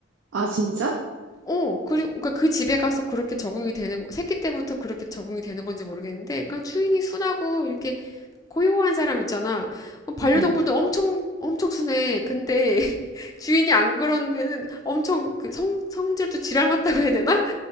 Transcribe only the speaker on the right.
아 진짜?
응.